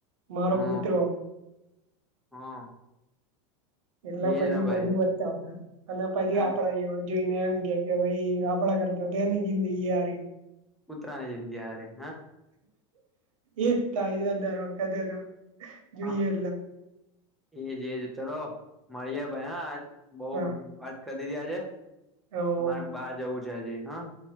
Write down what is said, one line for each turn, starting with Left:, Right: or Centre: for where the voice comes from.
Right: મારો
Centre: હા
Right: કૂતરો
Centre: હા
Right: એટલે
Centre: એજ
Right: પછી
Centre: ના ભાઈ
Right: બધું વધતા હોય અને પછી
Centre: આ
Right: આપડાવા જોઈને એમ કે કે ભાઈ આપણા કરતા તેની જિંદગી હારી
Centre: કૂતરા ની જિંદગી સારી,
Right: એ જ થાય છે દરેક વખતે જોઈએ
Centre: હા
Right: એટલે
Centre: એજ એજ ચલો મળએ ભાઈ હા બઉ
Right: હા
Centre: વાત કરી દીધી આજે
Right: હા
Centre: અરે બાર જવું છે હજી હા